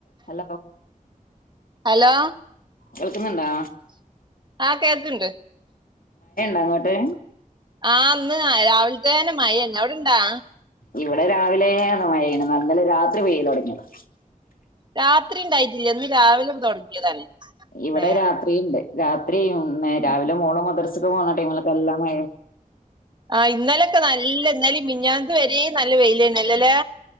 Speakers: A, on the left; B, on the right.
A: Hello?
B: Hello?
A: കേൾക്കുന്നുണ്ടോ
B: ആഹ് കേക്ക്ണ്ട്
A: അങ്ങോട്ടെ
B: ആഹ് ഇന്ന് രാവിലെ തന്നെ മഴന്നെ അവിടെണ്ടാ
A: ഇവിടെ രാവിലെന്നെ നല്ല മഴയാണ് ഇന്നലെ രാത്രി പെയ്യല് തുടങ്ങിയതാ
B: രാത്രിണ്ടായിട്ടില്ല ഇന്ന് രാവിലെ തുടങ്ങിയതാണ്
A: ഇവിടെ
B: മഴ
A: രാത്രി ഉണ്ട് രാത് <unintelligible>
B: ഇ-
A: രാവിലെ മോളെ മദ്രസക്ക് പോണ ടൈംമിലൊക്കെ നല്ല മഴെ
B: ആഹ് ഇന്നലൊക്കെ നല്ല ഇന്നലിം മിഞ്ഞാന്ന് വരേ നല്ല വെയിലന്നെല്ലെ ലേ